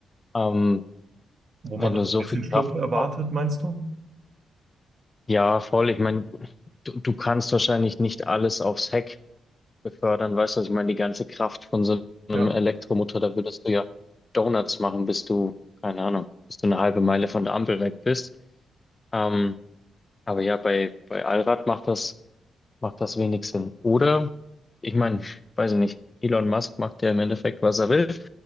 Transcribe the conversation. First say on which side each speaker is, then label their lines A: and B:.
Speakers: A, on the left; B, on the right.
A: Ähm,
B: Wo
A: wenn
B: man dann
A: du so
B: so ein bisschen
A: viel Kraft,
B: Schlupf erwartet,
A: au-
B: meinst du?
A: ja, voll. Ich meine, du, du kannst wahrscheinlich nicht alles aufs Heck befördern, weißt du? was Ich meine, die ganze Kraft von so einem
B: Ja,
A: Elektromotor, da würdest du ja Donuts machen, bis du, keine Ahnung, bis du eine halbe Meile von der Ampel weg bist. Ähm, aber ja, bei, bei Allrad macht das, macht das wenig Sinn. Oder, ich meine, weiß ich nicht, Elon Musk macht ja im Endeffekt, was er will.